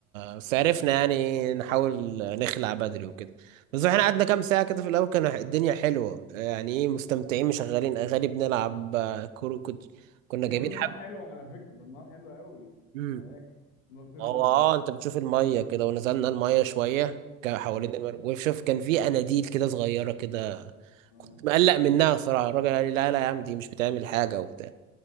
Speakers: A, on the right; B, on the left.
A: بس عرفنا يعني نحاول نخلع بدري وكده بس احنا قعدنا كام ساعة كده في الاول كان الدنيا حلوة يعني ايه مستمتعين مشغلين اغاني بنلعب آه، كورة كنت كنا
B: هي
A: جايبين
B: بالنهار
A: حب
B: حلوه على فكره بالنهار حلوه قوي
A: مم.
B: المراكب نو- تنزل
A: هو
B: ميه
A: اه انت بتشوف المية كده ونزلنا المية شوية كا- حوالين
B: مم.
A: المر... وشوف كان في اناديل كده صغيرة كده
B: اه
A: كنت مقلق منها صراحة الراجل قال لي لا لا يا عم دي مش بتعمل حاجة وبتاع